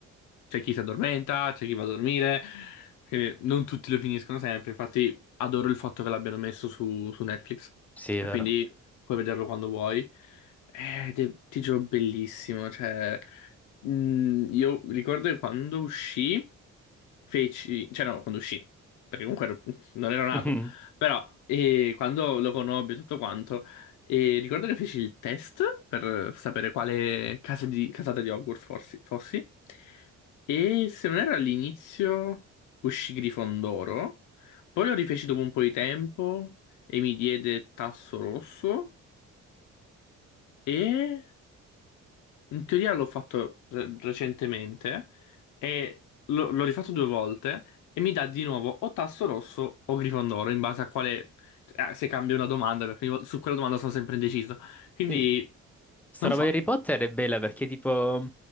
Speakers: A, on the left; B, in the centre.
A: c'è chi si addormenta, c'è chi va a dormire, quindi non tutti lo finiscono sempre. Infatti, adoro il fatto che l'abbiano messo su, su Netflix
B: Sì, è
A: e
B: vero.
A: quindi puoi vederlo quando vuoi. Eh, Ed è, ti giuro, bellissimo. Cioè, mh, io ricordo che quando uscì, feci, cioè, no, quando uscì, perché comunque ero- non ero nato.
B: Mhm.
A: Però eh, quando lo conobbi e tutto quanto, eh, ricordo che feci il test per sapere quale casa di, casata di Hogwarts fossi, fossi. E se non erro all'inizio uscì Grifondoro, poi lo rifeci dopo un po' di tempo e mi diede Tasso Rosso. E in teoria l'ho fatto re- recentemente e l'ho l'ho rifatto due volte e mi dà di nuovo o tasso rosso o Grifondoro in base a quale... eh, se cambia una domanda, perché ogni vol- su quella domanda sono sempre indeciso. Quindi,
B: Sì. Sta
A: non
B: roba
A: so.
B: di Harry Potter è bella perché tipo...